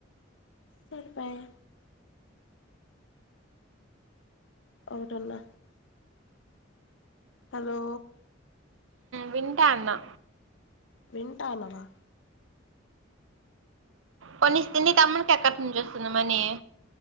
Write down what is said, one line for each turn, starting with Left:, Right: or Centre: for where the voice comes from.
Left: సరిపాయ ఒకటి అన్న హలో
Right: వింటాన్న
Left: వింటానవా
Right: కొనిస్తే నీ తమ్ముడికి ఎక్కడి నుంచి వస్తుంది మనీ